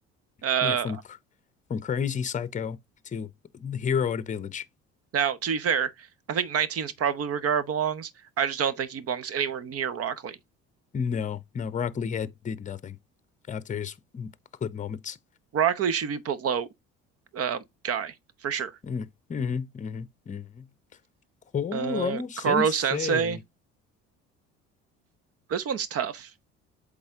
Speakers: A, on the right (about 55°); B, on the left (about 25°).
A: Uh
B: Yeah. From cr- from crazy psycho to the hero of the village.
A: Now, to be fair, I think 19 is probably where Gara belongs. I just don't think he belongs anywhere near Rockley.
B: No, no, Rock Lee had did nothing after his clip moments.
A: Rockley should be below um, Guy for sure.
B: Mm, mhm, mhm, mhm. Koro
A: Uh,
B: Sensei.
A: Koro Sensei, this one's tough.